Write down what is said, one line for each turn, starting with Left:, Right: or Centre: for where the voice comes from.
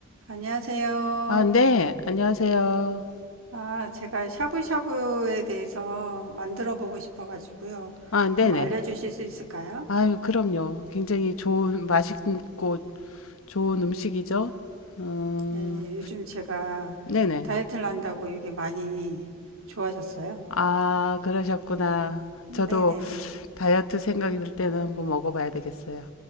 Right: 안녕하세요.
Left: 아, 네, 안녕하세요.
Right: 아, 제가 샤브샤브에 대해서 만들어 보고 싶어가지고요.
Left: 아, 네네.
Right: 좀 알려주실 수 있을까요?
Left: 아유, 그럼요. 굉장히 좋은, 맛있고 좋은 음식이죠. 음,
Right: 예, 예, 요즘 제가
Left: 네네.
Right: 다이어트를 한다고 이게 많이 좋아졌어요.
Left: 아, 그러셨구나. 저도
Right: 네네네.
Left: 다이어트 생각이 들 때는 한번 먹어봐야 되겠어요.